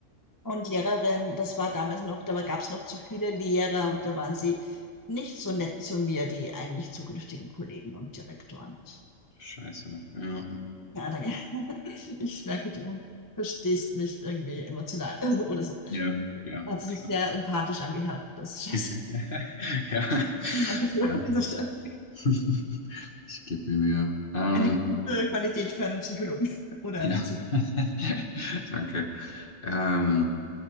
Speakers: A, on the left; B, on the left.
A: Und Lehrerin, das war damals noch, da gab es noch zu viele Lehrer und da waren sie nicht so nett zu mir, die eigentlich zukünftigen Kollegen und Direktoren.
B: Scheiße. Ja.
A: Ja, danke. <laughs> Ich merke, du verstehst mich irgendwie emotional <laughs> oder so.
B: Ja, ja,
A: Hat sich
B: klar.
A: sehr empathisch angehört. Das ist scheiße.
B: <laughs> Ja,
A: <laughs> Vielen Dank dafür
B: ja,
A: an dieser Stelle.
B: <laughs> ich gebe mir Mühe. Ähm,
A: Eine gute Qualität für einen Psychologen <laughs> oder
B: ja,
A: einen Zukunft.
B: <laughs> danke. Ähm,